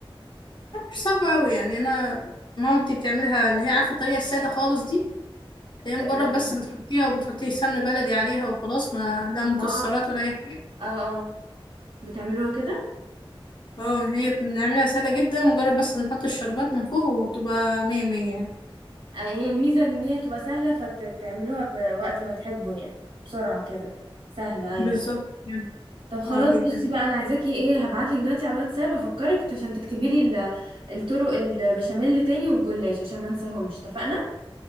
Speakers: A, on the left; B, on the right.
A: مش صعبة أوي يعني أنا مامتي بتعملها اللي هي عارفة الطريقة السادة خالص دي اللي هي مجرد
B: <laughs>
A: بس بتحطيها وبتحطي سمن بلدي عليها وخلاص ما لا مكسرات
B: اه
A: ولا أي حاجة
B: اه اه بتعملوها كده
A: اه هي بنعملها سادة جدا مجرد بس بنحط الشربات من فوق وبتبقى مية مية يعني
B: آه، هي الميزه ان هي تبقى سهله فتعملوها بوقت ما تحبوا يعني بسرعه كده سهله
A: بالظبط
B: ايوه
A: يعني
B: طب خلاص
A: اه جدا
B: بصي بقى انا عايزاكي ايه هبعتلك دلوقتي على الواتساب افكرك عشان تكتبي لي ال- الطرق البشاميل تاني والجلاش عشان ما انساهمش اتفقنا